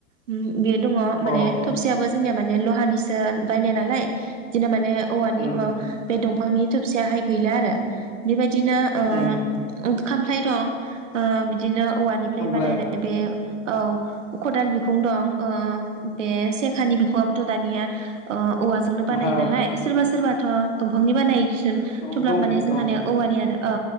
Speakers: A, on the right; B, on the left.
A: उम बेयो दङ
B: अ
A: माने थबसेयाबो जोंनिया माने लहानिसो बायनाय नालाय बिदिनो माने औवानि
B: उम
A: माबा अ बे दंफां फांनि थबसियाहाय गैला आरो बेबाय दिनो ओ
B: उम
A: खामफ्लाय दं ओ बिदिनो औवानिफ्राय
B: सानफ्लाय
A: बानायनाय बे औ खदाल बि खुं दं ओ बे सेखानि बिखुआबोथ दानिया अ औवाजोंनो बानायो
B: हा
A: नालाय सोरबा सोरबा थ' दफांनि बानायो किसु <unintelligible>
B: दं
A: थेवब्लाबो
B: दं
A: माने जोंहानिया
B: दं
A: औवानि आरो औ